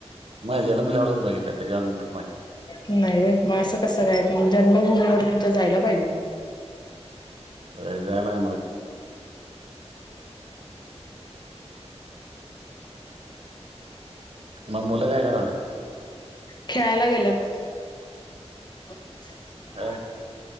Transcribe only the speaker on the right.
मग जन्मल्यावरच बघितलं त्याच्यानंतर नाही
अं झांला मंग मंग मुलं कायं करायंला
काय